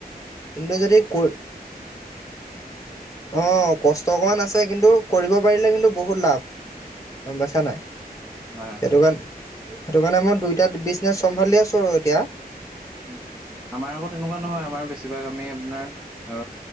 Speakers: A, on the left; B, in the centre.
A: কিন্তু যদি ক অ কষ্ট অকণমান আছে কিন্তু কৰিব পাৰিলে কিন্তু বহুত লাভ গম পাইছা নাই
B: হয়
A: সেইটো
B: হয়
A: কাৰণ সেইটো কাৰণে মই দুইটাত বিজনেচ চম্ভালি আছো আৰু এতিয়া
B: উ আমাৰ আগত তেনেকুৱা নহয় আমাৰ বেছিভাগ আমি আপোনাৰ অ